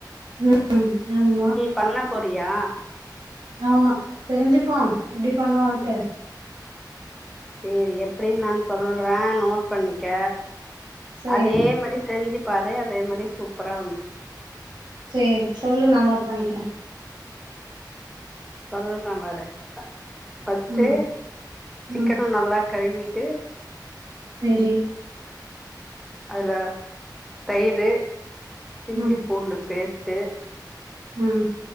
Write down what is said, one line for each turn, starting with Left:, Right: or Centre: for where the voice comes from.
Right: ம் ஆமா
Centre: பண்ண போறியா
Right: ஆமா தெரிஞ்சுப்போ எப்டி பண்ணுன்ட்டு
Centre: சேரி எப்டின் நான் சொல்ற நோட் பண்ணிக்கே
Right: சேரி
Centre: அதே மாரி செஞ்சி பாரு அதே மாரி சூப்பரா வந்து
Right: சேர் சொல்லு நா நோட் பண்ணிக்கிற
Centre: சொல்ற பாரு ஃபர்ஸ்ட்டு
Right: ம்
Centre: சிக்கன
Right: ம்
Centre: நல்லா கழுவிட்டு
Right: செரி
Centre: அதுல தயிரு இஞ்சி
Right: ம்
Centre: பூண்டு பேஸ்டு
Right: ம்